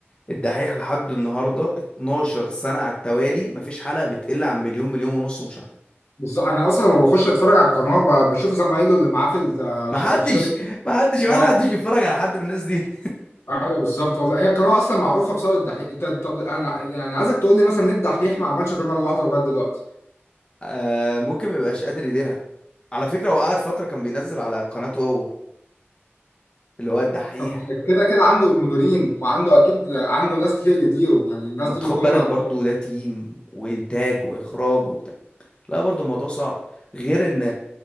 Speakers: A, on the left (about 25°); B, on the left (about 70°).
A: الدحيح لحد النهارده 12 سنه على التوالي مفيش حلقه بتقل عن مليون مليون ونص مشاهده
B: بالظبط انا اصلا لما بخش اتفرج على القناه ب- بشوف زمايله اللي معاه في الت- الش-
A: محدش
B: الشركه
A: محدش وانا
B: اه
A: محدش بيتفرج على حد من الناس دي <laughs>
B: ايوه بالظبط والله هي القناه اصلا معروفه بسبب الدحيح ط- طب انا يعني عايزك تقول لي مثلا ليه الدحيح ما عملش قناه لوحده لغايه دلوقتي
A: آه ممكن ما يبقاش قادر يديرها على فكره هو قعد فتره كان بينزل على قناته هو اللي هو الدحيح
B: طب كده كده عنده مديرين وعنده اكيد عنده ناس كتير يديروا يعني الناس
A: ما
B: دي
A: تاخد
B: بيكونوا
A: بالك
B: ما...
A: برضو ده تيم وانتاج واخراج وبتاع لا برضو الموضوع صعب غير ان